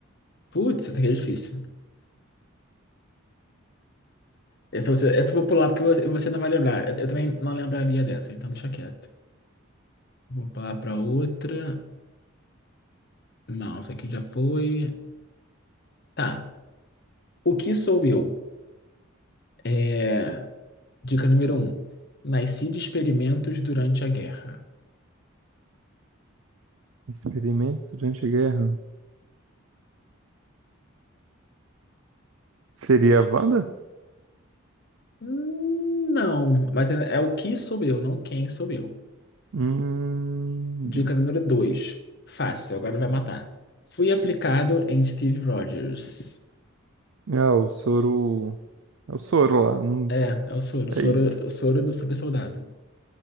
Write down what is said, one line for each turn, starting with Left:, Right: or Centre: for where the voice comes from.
Left: Putz, essa aqui é difícil. Essa, você, essa eu vou pular porque você você não vai lembrar. Eu, eu também não lembraria dessa, então deixa quieto. Vou pular pra outra. Não, essa aqui já foi. Tá. O que sou eu? É. Dica número um. Nasci de experimentos durante a guerra.
Right: Experimentos durante a guerra. Seria a Wanda?
Left: Hum, Não, mas é, é o que sou eu, não quem sou eu.
Right: Hum...
Left: Dica número dois. Fácil, agora vai matar. Fui aplicado em Steve Rogers.
Right: Ah, o soro... É o soro lá. hum,
Left: É, é o soro. Soro,
Right: É isso.
Left: soro do super soldado.